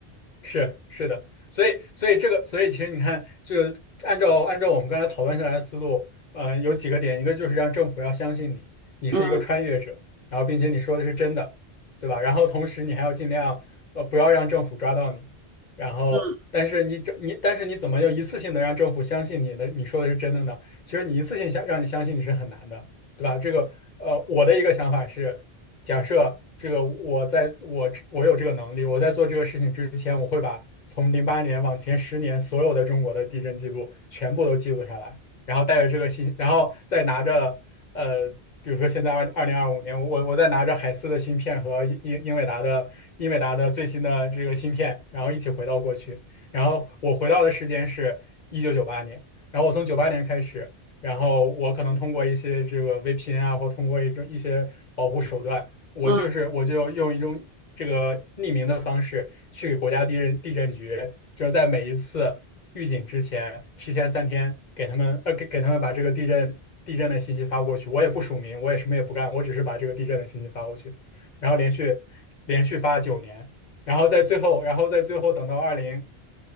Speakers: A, on the left; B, on the right.
A: 是是的，所以所以这个，所以其实你看，就按照按照我们刚才讨论下来的思路，呃，有几个点，一个就是让政府要相信你，你是一个穿越者，
B: 嗯
A: 然后并且你说的是真的，对吧？然后同时你还要尽量呃不要让政府抓到你，然后但是你这你但是你怎么又一次性的让政府相信你的你说的是真的呢？
B: 嗯
A: 其实你一次性相让你相信你是很难的，对吧？这个呃，我的一个想法是。假设这个我在我我有这个能力，我在做这个事情之前，我会把从零八年往前十年所有的中国的地震记录全部都记录下来，然后带着这个信，然后再拿着呃，比如说现在二二零二五年，我我再拿着海思的芯片和英英英伟达的英伟达的最新的这个芯片，然后一起回到过去，然后我回到的时间是一九九八年，然后我从九八年开始。然后我可能通过一些这个 VPN 啊，或通过一种一些保护手段，我就是我就用一种这个匿名的方式去给国家地震地震局，
B: 嗯
A: 就是在每一次预警之前，提前三天给他们呃给给他们把这个地震地震的信息发过去。我也不署名，我也什么也不干，我只是把这个地震的信息发过去，然后连续连续发九年，然后在最后，然后在最后等到二零